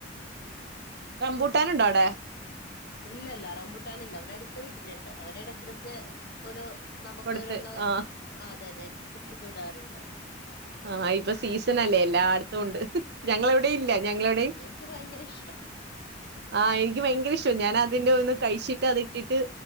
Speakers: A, on the right; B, on the left.
A: റംമ്പൂട്ടാനുണ്ടോ ആടെ?
B: ഇല്ല ഇല്ല റംബൂട്ടാനില്ല ഇവിടെ അടുത്ത വീട്ടിലുണ്ട് അവര് ഇടക്കിടയ്ക്ക് ഓരോ നമുക്ക്‌
A: കൊടുത്ത്
B: ഓരോന്ന്
A: ആ
B: അതെ അതെ കൊടുത്ത് വിടാറുണ്ട്.
A: ആഹ് ഇപ്പ സീസൺ
B: ന്ന്
A: അല്ലേ എല്ലാടുത്തും ഉണ്ട് ഞങ്ങളവിടെം ഇല്ല ഞങ്ങളവിടെം
B: യ്ക്ക് ഭയങ്കര ഇഷ്ടാ.
A: ആഹ് എനിക്ക് ഭയങ്കര ഇഷ്ടാ ഞാന് അതിന്റെ ഒന്ന് കഴിച്ചിട്ട് അത് ട്ടിട്ട്